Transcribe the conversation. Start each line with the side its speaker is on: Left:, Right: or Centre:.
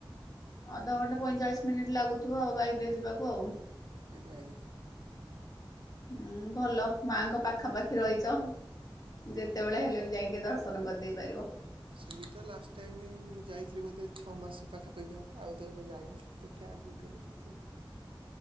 Left: ଅଧଘଣ୍ଟା ପଇଁଚାଳିଶ ମିନିଟ୍ ଲାଗୁଥିବ ଆଉ ବାଇକରେ ଯିବାକୁ ଆଉ।
Right: ଆଜ୍ଞା ଆଜ୍ଞା।
Left: ହୁଁ ଭଲ ମାଙ୍କ ପାଖାପାଖି ରହିଛ। ଯେତେବେଳେ ହେଲେ ବି ଯାଇ ଟିକେ ଦର୍ଶନ କରିଦେଇ ପାରିବ।
Right: ସେମି ତ ଲାଷ୍ଟ ଟାଇମ ମୁଁ ଯାଇଥିଲି ବୋଧେ ଛଅ ମାସ ପାଖାପାଖି ହବ, ଆଉ ତ ଏବେ ଯାଇନି ଦେଖି - ଆଗକୁ କେବେ ଯିବୁ।